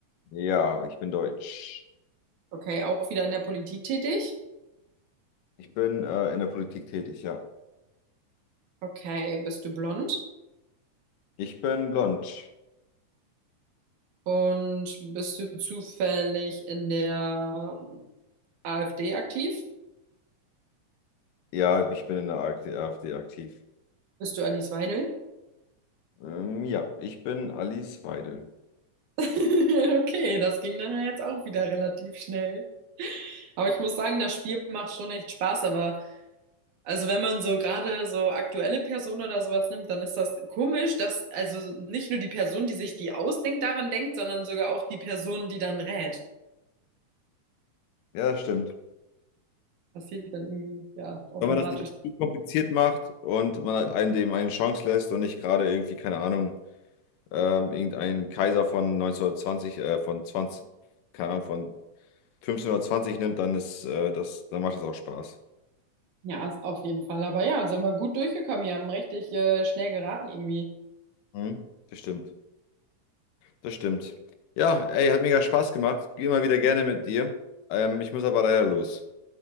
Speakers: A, on the left (about 85°); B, on the right (about 70°).
A: Ja, ich bin deutsch.
B: Okay, auch wieder in der Politik tätig?
A: Ich bin äh, in der Politik tätig, ja.
B: Okay, bist du blond?
A: Ich bin blond.
B: Und bist du zufällig in der ähm, AfD aktiv?
A: Ja, ich bin in der AfD aktiv.
B: Bist du Alice Weidel?
A: Ähm, ja, ich bin Alice Weidel.
B: <laughs> Okay, das ging dann ja jetzt auch wieder relativ schnell. Aber ich muss sagen, das Spiel macht schon echt Spaß. Aber also wenn man so gerade so aktuelle Personen oder sowas nimmt, dann ist das komisch, dass also nicht nur die Person, die sich die ausdenkt, daran denkt, sondern sogar auch die Person, die dann rät.
A: Ja, das stimmt.
B: Passiert dann irgendwie ja automatisch.
A: Wenn man das nicht zu kompliziert macht und man einem dem eine Chance lässt und nicht gerade irgendwie, keine Ahnung, ähm, irgendein Kaiser von 1920, äh, von 20, keine Ahnung, von 1520 nimmt, dann ist äh, das, dann macht das auch Spaß.
B: Ja, ist auf jeden Fall. Aber ja, sind wir gut durchgekommen. Wir haben richtig äh, schnell geraten irgendwie.
A: Mhm. Das stimmt. Das stimmt. Ja, ey, hat mega Spaß gemacht. Geh immer wieder gerne mit dir. Ähm, ich muss aber leider los.